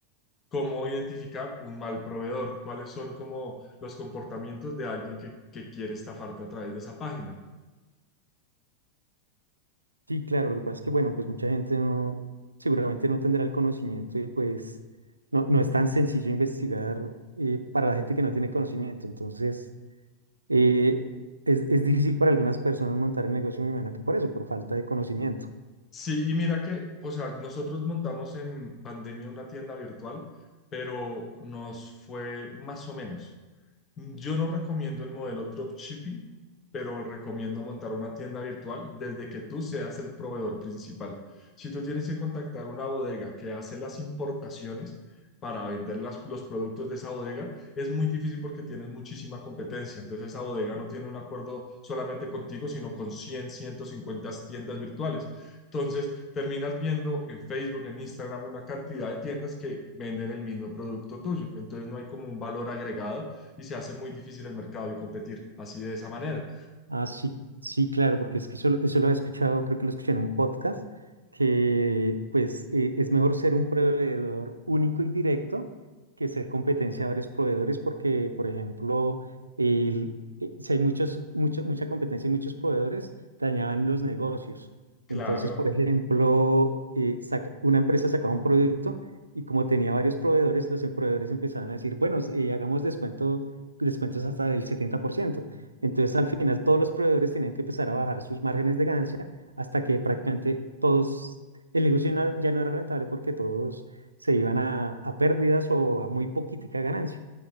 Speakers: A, on the left; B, on the right.
A: cómo identificar un mal proveedor, cuáles son como los comportamientos de alguien que, que quiere estafarte a través de esa página.
B: Sí, claro, lo que pasa es que, bueno, pues mucha gente no, seguramente no tendrá el conocimiento y pues no, no es tan sencillo investigar eh, para la gente que no tiene conocimiento. Entonces, eh, es, es difícil para algunas personas montar el negocio, me imagino que por eso, por falta de conocimiento.
A: Sí, y mira que, o sea, nosotros montamos en pandemia una tienda virtual, pero nos fue más o menos. Yo no recomiendo el modelo dropshipping, pero recomiendo montar una tienda virtual desde que tú seas el proveedor principal. Si tú tienes que contactar una bodega que hace las importaciones para vender las- los productos de esa bodega, es muy difícil porque tienes muchísima competencia. Entonces esa bodega no tiene un acuerdo solamente contigo, sino con cien, ciento cincuenta tiendas virtuales. Entonces terminas viendo en Facebook, en Instagram, una cantidad de tiendas que venden el mismo producto tuyo. Entonces no hay como un valor agregado y se hace muy difícil el mercado y competir así de esa manera.
B: Ah, sí, sí, claro, porque es que eso, eso lo he escuchado, creo que lo escuché en un podcast, que pues eh, es mejor ser un proveedor único y directo que ser competencia de varios proveedores, porque, por ejemplo, el- eh, si hay muchas, mucha, mucha competencia y muchos proveedores, dañaban los negocios. Entonces,
A: Claro,
B: por ejemplo, eh, saca- una empresa sacaba un producto y como tenía varios proveedores, los proveedores empezaban a decir, bueno, eh, hagamos descuento, descuentos hasta del 70%. Entonces, al final, todos los proveedores tenían que empezar a bajar sus márgenes de ganancia hasta que prácticamente todos, el negocio no- ya no era rentable porque todos se iban a, a pérdidas o a muy poquitica ganancia.